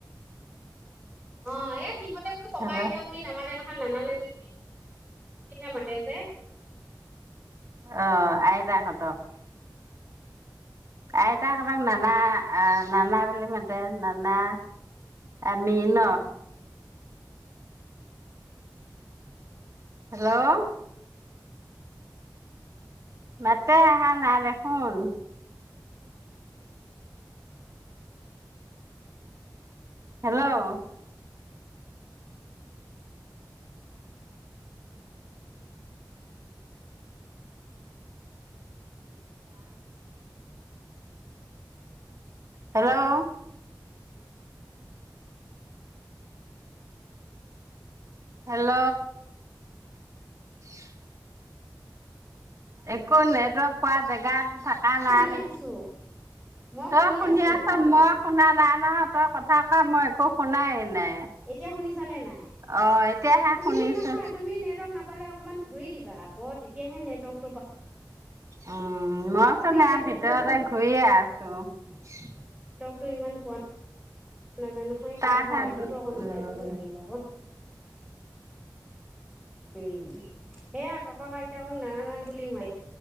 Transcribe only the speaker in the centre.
অ' এ সিহতে বোলে ককা
আইতা বুলি নামাতে নহয়। নানা নানি বুলিহে <unintelligible> মাতে যে।
শুনি
আছো মই
আছো
এতিয়া শুনিছানে নাই?
তুমি
নহয় তুমি নেটৱৰ্ক নাপালে অকণমান ঘূৰি দিবা আকৌ তেতিয়াহে নেটৱৰ্ক
তুমি
একে ঠাইতে
টো ইমান পোৱা নাজা নহয়
কেতিয়াবা বাহিৰতো অকণ
ওলাই যাব লাগিব আক। উম এইয়া ককাক আইতাকক <unintelligible>